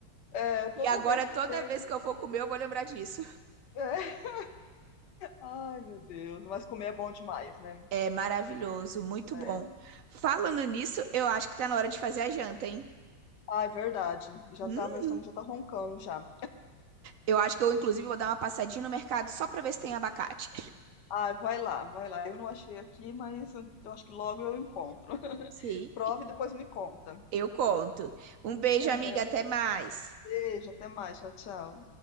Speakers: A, on the left; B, on the right.
A: É, toda
B: E agora,
A: vez que
B: toda
A: tem.
B: vez que eu for comer, eu vou lembrar disso.
A: É. Ai, meu Deus, mas comer é bom demais, né?
B: É maravilhoso, muito
A: É.
B: bom. Falando nisso, eu acho que tá na hora de fazer a janta, hein?
A: Ah, é verdade. Já
B: Hum?
A: tá, meu estômago já tá roncando já.
B: Eu acho que eu, inclusive, vou dar uma passadinha no mercado só pra ver se tem abacate.
A: Ah, vai lá, vai lá. Eu não achei aqui, mas eu acho que logo eu encontro. <laughs>
B: Sim,
A: Prova e depois me conta.
B: eu conto. Um beijo,
A: Aham.
B: amiga, até mais.
A: Beijo, até mais. Tchau, tchau.